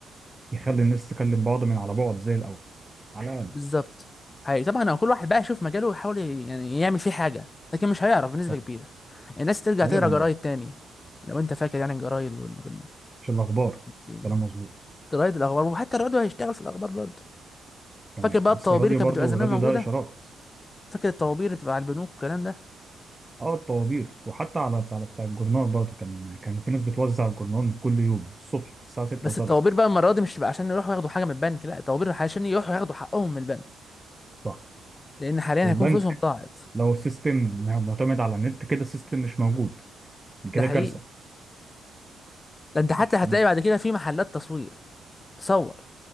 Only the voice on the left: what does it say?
بالظبط حقيقي طبعا هو كل واحد بقى يشوف مجاله ويحاول ي- يعني يعمل فيه حاجه لكن مش هيعرف بنسبه
كبيره الناس ترجع
تقرا جرايد
تاني لو انت فاكر يعني الجرايد وال وال-
يعني
جرايد الاخبار وحتى الراديو هيشتغل في الاخبار برضه
فاكر بقى
الطوابير
اللي كانت
بتبقى زمان
موجوده
فاكر الطوابير اللي بتبقى على البنوك والكلام ده
بس
الطوابير بقى المره دي مش بقى عشان يروحوا ياخدوا حاجه من البنك لا الطوابير عشان يروحوا ياخدوا حقهم من البنك
لان حاليا
هيكون فلوسهم ضاعت
ده
حقيقي
ده انت
حتى هتلاقي
بعد كده في محلات تصوير تصور